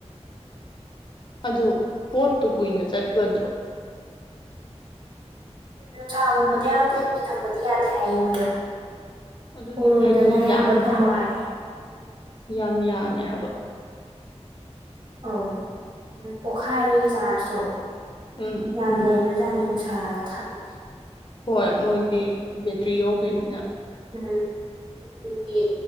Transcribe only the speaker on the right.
ꯅꯨꯡꯁꯥꯒꯨꯝꯕꯗ ꯌꯥꯝ ꯀꯨꯏꯅ ꯊꯝꯕꯥꯗꯤ ꯌꯥꯗꯦ ꯍꯥꯏꯌꯦ ꯃꯣꯏꯗꯣ
ꯎꯔꯨꯝꯗꯅ
ꯑꯌꯥꯝꯕ
ꯊꯝꯃꯣ ꯍꯥꯏꯌꯦ
ꯑꯧ ꯅꯪ ꯄꯣꯛꯈꯥꯏꯕꯒꯤ ꯆꯥꯟꯁꯇꯣ
ꯌꯥꯝ ꯂꯩꯕꯖꯥꯅꯤꯉꯣ ꯅꯨꯡꯁꯥꯗ ꯊꯝꯃꯥꯗꯤ
ꯎꯝ ꯑꯗꯨꯒꯤ